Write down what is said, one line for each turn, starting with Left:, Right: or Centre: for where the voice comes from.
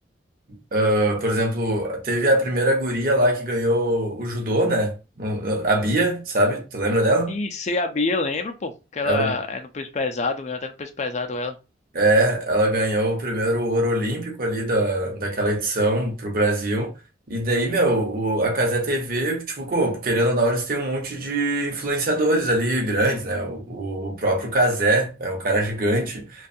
Right: ah, por exemplo, teve a primeira guria lá que ganhou o judô, né? O- A Bia, sabe? Tu lembra dela?
Left: E CA Bia, lembro, pô, que ela
Right: Ela
Left: é no peso pesado, eu até no peso pesado ela.
Right: É, ela ganhou o primeiro ouro olímpico ali da, daquela edição pro Brasil. E daí, meu, o- a Cazé TV, tipo, co- querendo ou não, eles têm um monte de influenciadores ali grandes, né? O, o próprio Cazé é um cara gigante.